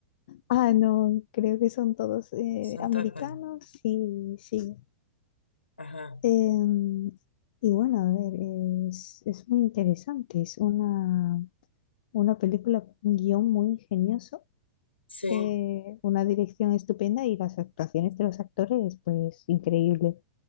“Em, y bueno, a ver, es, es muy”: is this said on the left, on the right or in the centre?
Left